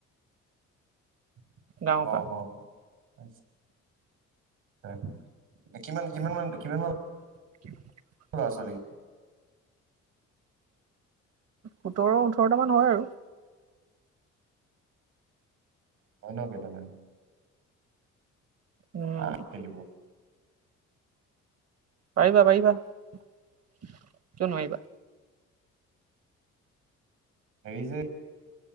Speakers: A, on the right; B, on the right.
A: <unintelligible>
B: গাঁৱৰ
A: অহ
B: পৰা
A: অ অ। কিমান কিমান মান কিমান মান।
B: <unintelligible>
A: লৰা ছোৱালী।
B: সোতৰ ওঠৰটা মান হয় আৰু।
A: হয়ন কেইটা মান।
B: উম
A: আহ খেলিব।
B: পাৰিবা পাৰিবা কিয় নোৱাৰি ব।
A: হাৰি যে।